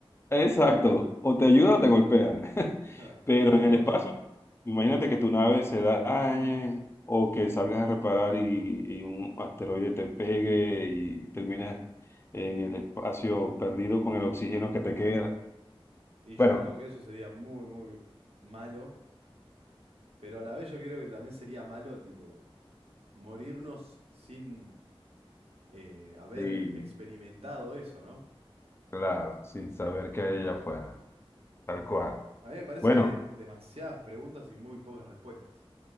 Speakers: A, on the left; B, on the right.
A: exacto, o te ayuda o te golpean, <laughs>
B: <laughs>
A: pero
B: Una de
A: en el
B: dos.
A: espacio, imagínate que tu nave se dañe o que salgas a reparar y, y un asteroide te pegue y terminas en el espacio perdido con el oxígeno que te queda.
B: Y yo
A: Bueno,
B: creo que eso sería muy, muy malo, pero a la vez yo creo que también sería malo, tipo, morirnos sin eh, haber
A: sí,
B: experimentado eso, ¿no?
A: claro, sin saber qué hay allá afuera, tal cual.
B: A mí me parece
A: Bueno,
B: que hay demasiadas preguntas y muy pocas respuestas.